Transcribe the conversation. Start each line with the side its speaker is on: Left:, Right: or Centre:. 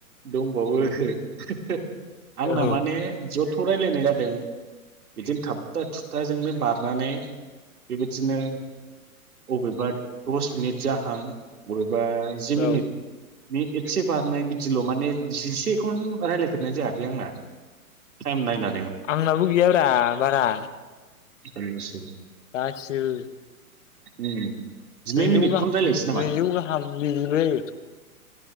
Right: दंबावो <inaudible> आंना
Left: औ
Right: माने जेब खौ रायलायनाय जादों बिदिनो थाबथा थुबथाजोंनो बारनानै बेबायदि दिनो अबेबा दस मिनिट जाहां बा जि मिनिट
Left: औ
Right: बे एसे बारनाय बिदिल' माने जिसेखौनो रायलायफेरनाय जायाखै आंना टाइम नायना
Left: आंनाबो गैयाब्रा बारा
Right: जारलासो।
Left: गासिबो।
Right: उम जिनै
Left: सेजौ
Right: मिनिटखौनो
Left: गाहाम
Right: रायलायनोसै नामा?
Left: नैजौ गाहाम बिदिबो जायो